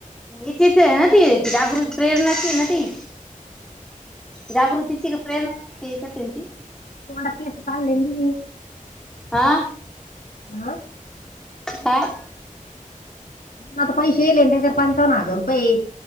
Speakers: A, in the centre; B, on the left.
A: हिचीच हे न ती जागृत प्रेरणाची न. जागृतीची का प्रेरणा ची <unintelligible>
B: डा केस भल लली त <unintelligible>
A: आ
B: हा.
A: काय
B: ता पैसेे येले त्याच्या वर पंचावन् हजार रुपये.